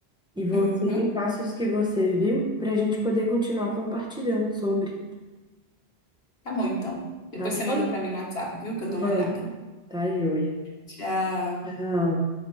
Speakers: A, in the centre; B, on the left (about 75°).
A: E você
B: Uhum.
A: me passa os que você viu para a gente poder continuar compartilhando sobre.
B: Tá bom, então. Depois
A: Tá joia?
B: você manda pra mim no WhatsApp, viu? Que eu
A: Mando.
B: dou uma olhada.
A: Tá joia.
B: Tchau.
A: Tchau.